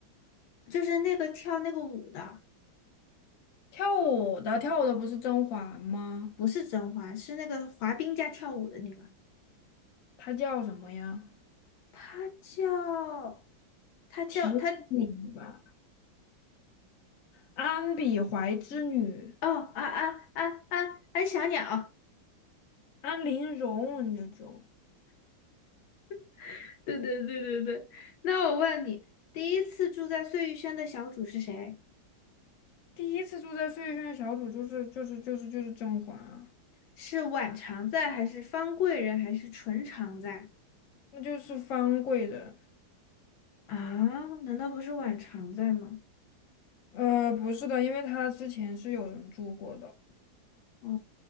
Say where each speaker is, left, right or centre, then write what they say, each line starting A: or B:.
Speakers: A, on the left; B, on the left.
A: 就是那个跳那个舞的，
B: 跳舞的跳舞的不是甄嬛吗？
A: 不是甄嬛，是那个滑冰加跳舞的那个，
B: 她叫什么呀？
A: 她叫，她叫她，
B: 提示你吧，安比怀之女，
A: 哦啊啊啊啊啊，安小鸟，
B: 安陵容，你这就
A: <laughs> 对对对对对。那我问你，第一次住在碎玉轩的小主是谁？
B: 第一次住在碎轩的小组就是就是就是就是甄嬛啊，
A: 是婉常在，还是方贵人，还是纯常在？
B: 那就是方贵人。
A: 啊，难道不是婉常在吗？
B: 呃，不是的，因为他之前是有人住过的，
A: 哦，